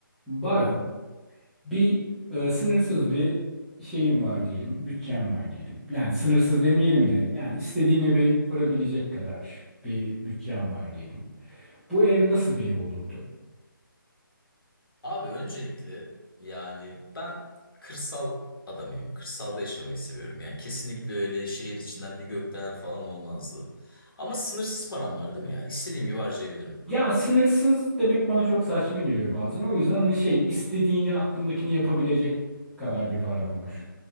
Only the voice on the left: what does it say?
Abi öncelikle yani ben kırsal adamıyım. Kırsalda yaşamayı seviyorum. Yani kesinlikle öyle şehir içinden bir gökdelen falan olmazdı. Ama sınırsız param var değil mi ya? İstediğim gibi harcayabilirim.